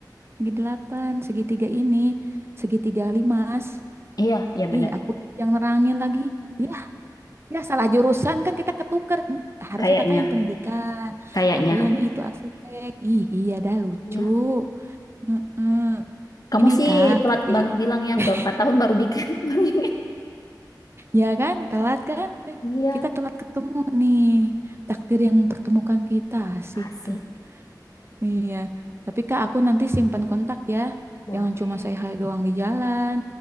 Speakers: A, on the right (about 35°); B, on the left (about 55°).
A: Bagi delapan, segitiga ini. Segitiga limas.
B: Iya, iya benar.
A: Ih, aku jadi yang nerangin lagi. Ya, ya salah jurusan kan kita ketuker. Hmm, Harusnya
B: Kayaknya.
A: kakak yang pendidikan.
B: Kayaknya.
A: Aku yang itu arsitek. Ih, iya dah lucu.
B: Iya.
A: Heeh.
B: Kamu
A: Ini
B: sih
A: kak,
B: telat
A: di
B: banget bilangnya.
A: <laughs>
B: Udah empat tahun baru di <laughs> baru diingat.
A: Ya kan, telat kan? Eh,
B: Iya.
A: kita telat ketemu nih. Takdir yang mempertemukan kita, asik
B: Asik.
A: tuh. Iya. Tapi Kak, aku nanti simpan kontak ya.
B: Boleh.
A: Jangan cuma saya hai doang di jalan.